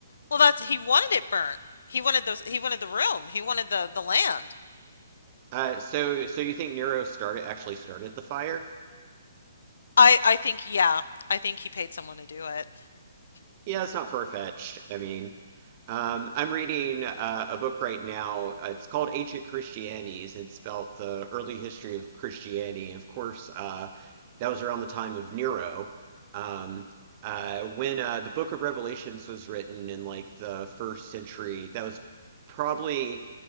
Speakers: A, on the left; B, on the right.
A: Well, that's he wanted it burned. He wanted those he wanted the room. He wanted the the land.
B: Uh, so so you think Nero started actually started the fire?
A: I I think yeah, I think he paid someone to do it.
B: Yeah, it's not far-fetched. I mean, um, I'm reading uh, a book right now. Uh, It's called Ancient Christianities. It's about the early history of Christianity. And of course, uh, that was around the time of Nero. Um, uh, when uh, the Book of Revelations was written in like the first century, that was probably